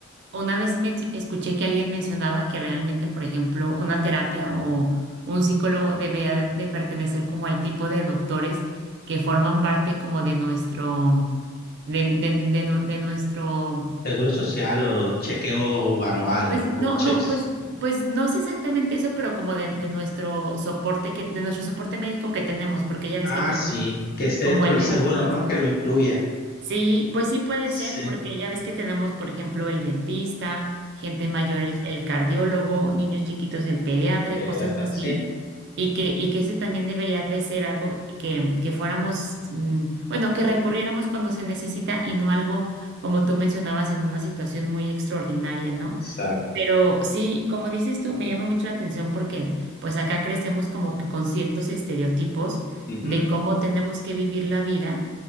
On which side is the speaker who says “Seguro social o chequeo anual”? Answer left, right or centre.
Left